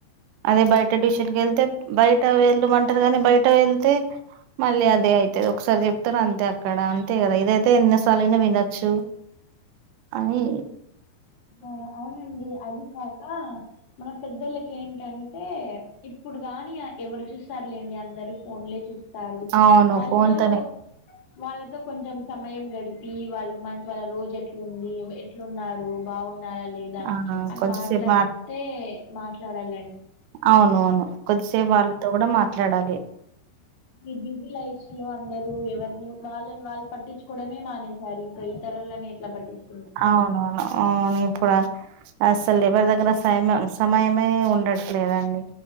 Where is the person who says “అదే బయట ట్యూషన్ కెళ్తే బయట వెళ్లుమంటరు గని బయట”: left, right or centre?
Right